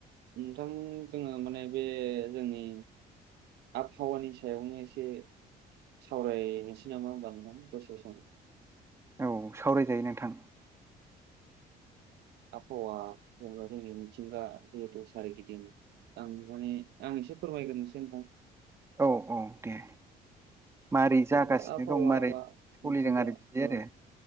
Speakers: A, on the right; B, on the right.
A: नोंथां जोङो माने बे जोंनि आबहावानि सायावनो एसे सावरायनोसै नामा होमबा नोंथां दसे सम
B: औ सावरायजायो नोंथां
A: आबहावा जेनेबा जोंनि मिथिंगा जेहेतु सारि गिदिं आं माने आं एसे फोरमायग्रोनोसै नोंथां।
B: औ औ दे मारै जागासिनो
A: जेनेबा आबहावा
B: दं माबारै
A: बा
B: सलिदों
A: मिथिंगा
B: आरो बिदि
A: औ
B: आरो